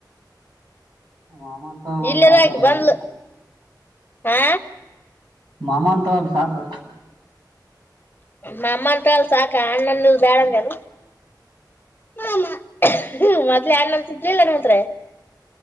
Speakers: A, on the right; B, on the left.
A: ಮಾಮ ಅಂತ
B: ಇಲ್ಲಯಾದಳ
A: ಸಾಕು ಬಿಡ
B: ಆಕಿ ಬಂದ್ಲು ಆ.
A: ಮಾಮಾ ಅಂತಳ ಅಲ್ ಸಾಕ್.
B: ಮಾಮಾ ಅಂತಳ ಅಲ್ ಸಾಕ ಅಣ್ಣ ಅನ್ನದು ಬ್ಯಾಡ್ ಅಂದ್ ಏನು. ಮಾಮಾ ಹ ಮೊದ್ಲ ಅಣ್ಣ ಅಂತಿದ್ಲಿಲ್ ಹಣಮಂತ್ರಯ.